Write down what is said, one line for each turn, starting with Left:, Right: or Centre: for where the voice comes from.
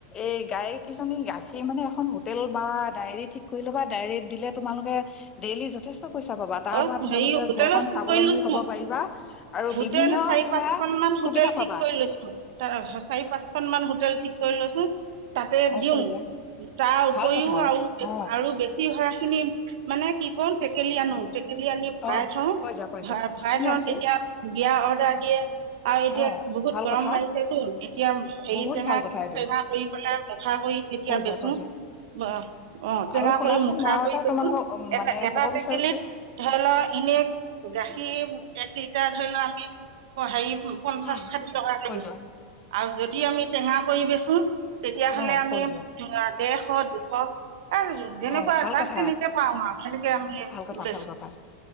Left: এই গাইকেইজনী গাখীৰ মানে এখন হোটেল বা ডায়েৰী ঠিক কৰি ল'বা, ডায়েৰীত দিলে তোমালোকে ডেইলি যথেষ্ট পইচা পাবা তাৰ
Right: অ
Left: পৰা তোমালোকে
Right: হেৰি হোটেলত
Left: ঘৰ খন স্বাৱলম্বী
Right: কৰিলো
Left: হ'ব পাৰিবা। আৰু
Right: হোটেল
Left: বিভিন্ন
Right: চাৰি
Left: ধৰা
Right: পাঁচখন মান হোটেল
Left: সুবিধা
Right: ঠিক
Left: পাবা
Right: কৰি লৈছো চাৰি পাঁচখন মান হোটেল ঠিক কৰিলছোন তাতে দিওঁ
Left: অ কৈ যোৱা
Right: তাৰ
Left: ভাল
Right: উপৰিও
Left: কথা
Right: আৰু
Left: অ
Right: আৰু বেছি হয় খিনি মানে কি কওঁ টেকেলি আনো আমি ভাই
Left: অ
Right: থওঁ
Left: কৈ যোৱা কৈ যোৱা
Right: ভাই
Left: শুনি
Right: থাওঁ
Left: আছো
Right: তেতিয়া বিয়া অৰ্ডাৰ দিয়ে আৰু এতিয়া
Left: অ
Right: বহুত
Left: ভাল
Right: গৰম
Left: কথা
Right: মাৰিছেতো এতিয়া হেৰি
Left: বহুত
Right: টেঙা
Left: ভাল কথা এইটো
Right: টেঙা কৰি পেলাই মুখাৰ কৰি এতিয়া
Left: কৈ যোৱা
Right: বেচো
Left: কৈ যোৱা
Right: অ
Left: আৰু
Right: টেঙা
Left: শুনাচোন
Right: কৰি মুখাৰ
Left: মই আৰু
Right: কৰি
Left: এটা
Right: বেচো
Left: তোমালোকক মানে
Right: এটা এটা
Left: ক'ব বিচাৰিছো
Right: টেকেলিত ধৰি লও এনে গাখীৰ এক লিটাৰ ধৰি লও আমি হেৰি পঞ্চাশ
Left: উম
Right: ষাঠি টকাকে
Left: কৈ
Right: বেছো
Left: যোৱা
Right: আৰু যদি য আমি টেঙা কৰি বেচোন তেতিয়া হলে
Left: অ
Right: আমি
Left: কৈ
Right: উ
Left: যোৱা
Right: ডেৰশ দুশ যেনেকুৱা
Left: অ ভাল
Right: তাক
Left: কথা
Right: তেনেকে পাওঁ ন আৰু সনেকে আমি
Left: ভাল কথা
Right: এতিয়া
Left: ভাল কথা